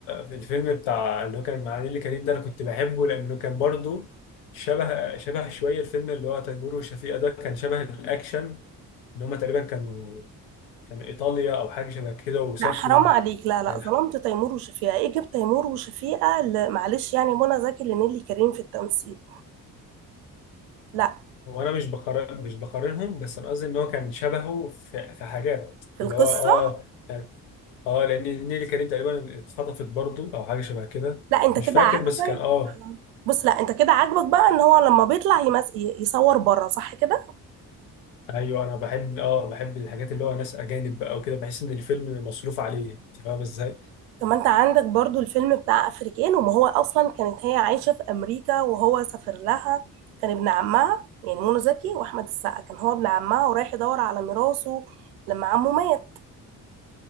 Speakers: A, on the left; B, on the right.
A: في الفيلم بتاع اللي هو كان مع نيللي كريم ده أنا كنت بحبه لأنه كان برضه شبه شبه شوية الفيلم اللي هو تيمور وشفيقة ده كان شبه الأكشن إن هما تقريبا كانوا كان ايطاليا او حاجه شبه كده وسافروا
B: لا حرام عليك لا لا
A: يعني
B: ظلمت تيمور وشفيقة ايه جبت تيمور وشفيقة ل- معلش يعني منى زكي لنيلي كريم في التمثيل لا
A: هو انا مش بقارن مش بقارنهم بس انا قصدي ان هو كان شبهه في, في حاجات
B: في القصة
A: اللي هو اه يعني اه لان نيلي كريم تقريبا اتخطفت برضو او حاجه شبه كده
B: لا انت
A: مش
B: كده
A: فاكر
B: عاجبك
A: بس كان اه
B: بص لا انت كده عاجبك بقى ان هو لما بيطلع يمس... ي- يصور بره صح كده
A: ايوه انا بحب اه بحب الحاجات اللي هو ناس اجانب بقى وكده بحس ان الفيلم مصروف عليه انت فاهم ازاي؟
B: طب ما انت عندك برضو الفيلم بتاع افريكان وما هو اصلا كانت هي عايشة في امريكا وهو سافر لها كان ابن عمها يعني منى زكي واحمد السقا كان هو ابن عمها ورايح يدور على ميراثه لما عمه مات